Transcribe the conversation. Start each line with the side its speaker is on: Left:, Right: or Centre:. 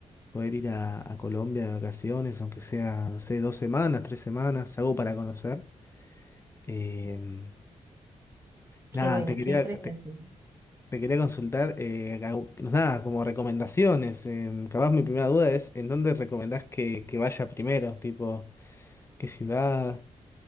Left: poder ir a, a Colombia de vacaciones, aunque sea, no sé, dos semanas, tres semanas, algo para conocer. Eh,
Right: Qué
Left: nada,
Right: bueno,
Left: te quería,
Right: qué interesante.
Left: te, te quería consultar, eh, au- nada, como recomendaciones. eh, capaz mi primera duda es, ¿en dónde recomendás que, que vaya primero? Tipo, ¿qué ciudad?